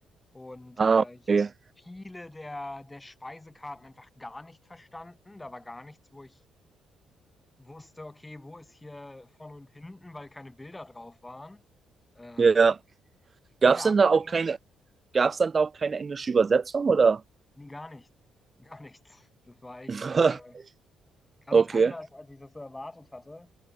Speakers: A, on the left (about 15°); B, on the right (about 35°).
A: Und
B: Ah,
A: äh, ich
B: okay.
A: habe viele der, der Speisekarten einfach gar nicht verstanden. Da war gar nichts, wo ich wusste, okay, wo ist hier vorne und hinten, weil keine Bilder drauf waren. Ähm,
B: Ja, ja.
A: später
B: Gab denn
A: habe
B: da
A: ich dann
B: auch keine,
A: was
B: Gab's dann da auch keine englische Übersetzung oder?
A: Ne, gar nichts, gar nichts. Das war echt,
B: <laughs>
A: äh, ganz
B: Okay,
A: anders, als ich das so erwartet hatte.